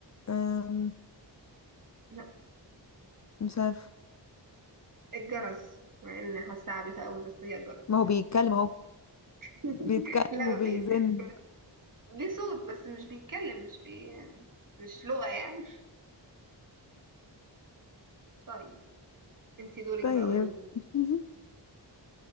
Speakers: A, on the left; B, on the right.
A: أم...
B: لا
A: مش عارفة
B: الجرس مع ان حاسة عبيطة قوي بس هي الجرس
A: ما هو بيتكلم اهو
B: <laughs>
A: بيتكلم
B: لا
A: وبيزن
B: ما بي... ما بي- ليه صوت بس مش بيتكلم مش بي... مش لغة يعني طيب انتي دورك
A: طيب
B: بقى قولي
A: <laughs>